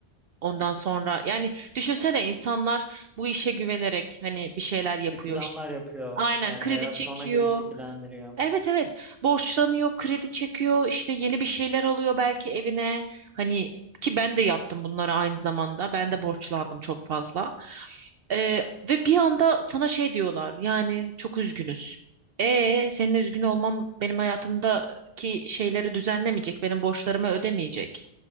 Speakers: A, on the right; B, in the centre.
A: Ondan sonra yani düşünsene insanlar bu işe güvenerek hani bir şeyler yapıyor
B: Bir planlar
A: işte.
B: yapıyor.
A: Aynen
B: Yani
A: kredi
B: hayatını
A: çekiyor.
B: ona göre şekillendiriyor.
A: Evet evet borçlanıyor, kredi çekiyor, işte yeni bir şeyler alıyor belki evine. Hani ki ben de yaptım bunları aynı zamanda. Ben de borçlandım çok fazla. Ee, ve bir anda sana şey diyorlar yani çok üzgünüz. E senin üzgün olmam benim hayatımdaki şeyleri düzenlemeyecek, benim borçlarımı ödemeyecek.